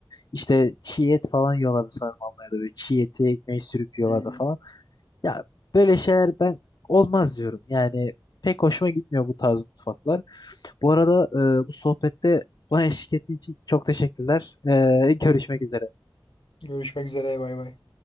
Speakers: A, on the left; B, on the left.
A: işte çiğ et falan yiyorlardı sanırım Almanya'da. Böyle çiğ eti ekmeği sürüp yiyorlardı
B: Hmm.
A: falan. Ya böyle şeyler ben olmaz diyorum. Yani pek hoşuma gitmiyor bu tarz mutfaklar. Bu arada e, bu sohbette bana eşlik ettiği için çok teşekkürler. E, görüşmek üzere.
B: Görüşmek üzere bay bay.